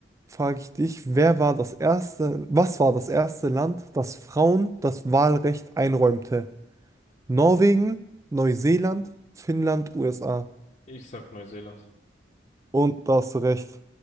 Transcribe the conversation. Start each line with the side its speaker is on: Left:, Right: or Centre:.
Right: frage ich dich, wer war das erste, was war das erste Land, das Frauen das Wahlrecht einräumte? Norwegen, Neuseeland, Finnland, USA.
Left: Ich sag Neuseeland.
Right: Und da hast du recht.